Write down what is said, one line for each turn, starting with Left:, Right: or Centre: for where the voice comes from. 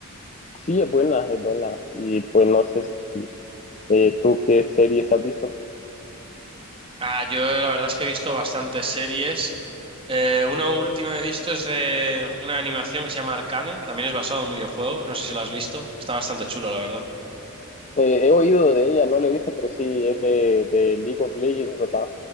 Left: Sí, es buena, es buena. Y pues no sé si eh, tú qué series has visto.
Right: Ah, yo la verdad es que he visto bastantes series. Eh, una última que he visto es de una animación que se llama Arcane, que también es basado en un videojuego. No sé si la has visto. Está bastante chulo, la verdad.
Left: Eh, he oído de ella, no la he visto, pero sí es de, de League of Legends, ¿verdad?